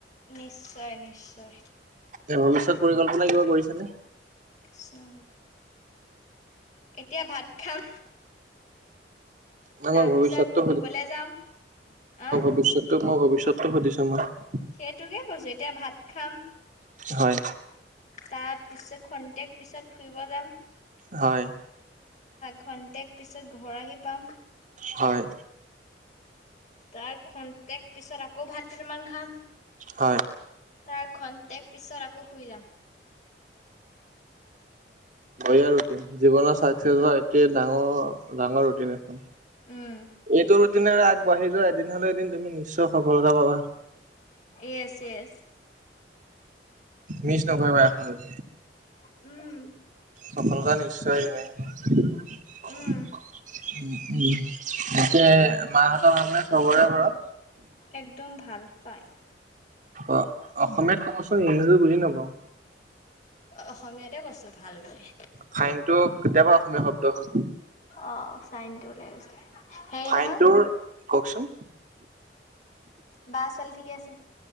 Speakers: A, on the left; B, on the right.
A: নিশ্চয় নিশ্চয়
B: এ' ভৱিষ্যত পৰিকল্পনা কিবা কৰিছে নে?
A: আচ্ছা'। এতিয়া ভাত খাম।
B: ন
A: তাৰপিছত
B: মই ভৱিষ্যতটো
A: ফুৰিবলে যাম। আঁহ'?
B: তাৰপিছত টো মই ভৱিষতটো সুধিছো মই।
A: সেইটোকে কৈছো, এতিয়া ভাত খাম।
B: হয়।
A: তাৰ পিছত খন্তেক পিছত ফুৰিব যাম।
B: হয়।
A: খন্তেক পিছত ঘৰ আহি পাম।
B: হয়।
A: তাৰ খন্তেক পিছত আকৌ ভাত কেইটামান খাম।
B: হয়।
A: তাৰ খন্তেক পিছত আকৌ শুই যাম।
B: বঢ়িয়া ৰুটিন, জীৱনৰ চাকচেছ হোৱা এটোৱে ডাঙৰ ডাঙৰ ৰুটিন এখন।
A: উম
B: এইটো তেনেকে আগবাঢ়ি যোৱা এদিন হ'লে এদিন তুমি নিশ্চয় সফলতা পাবা।
A: Yes, yes.
B: মিছ নকৰিবা এখনো।
A: উম।
B: সফলতা নিশ্চয় আহিব।
A: উম
B: পিছে মাহঁতৰ ভাল নে চবৰে ঘৰত।
A: একদম ভাল, ফাইন।
B: অ', অসমীয়াত কবচোন ইংলিছট বুজি নাপাওঁ।
A: অসমীয়াতে কৈছো ভাল বুলি।
B: ফাইন টো কেতিয়াৰপা অসমীয়া শব্দ হ'ল?
A: অ', ফাইনটো ওলাই গৈছিলে। হেৰি
B: ফাইনটোৰ,
A: নহয়
B: কওকচোন।
A: বা ছোৱালী ঠিকেই আছে?